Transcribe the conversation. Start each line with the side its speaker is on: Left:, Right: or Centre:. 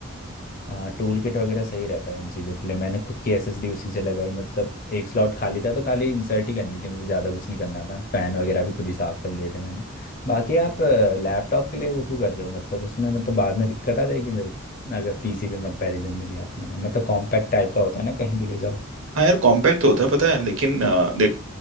Left: हाँ टूल किट वगैरह सही रहता है इन चीज़ों के लिए मैंने खुद की एसएसडी उसी से लगाई मतलब एक स्लॉट खाली था तो खाली इंसर्ट ही करनी थी मुझे ज़्यादा कुछ नहीं करना था फ़ैन वगैरह भी खुद ही साफ़ कर लिए थे मैंने बाकी आप लैपटॉप के लिए वो क्यों कर रहे हो मतलब उसमें मतलब बाद में दिक्कत आ जाएगी मेरे को अगर पीसी के कंपैरिजन में लिया तो मैंने मतलब कॉम्पैक्ट टाइप का होता है ना कहीं भी ले जाओ
Right: हाँ यार कॉम्पैक्ट तो होता है पता है लेकिन अ, देख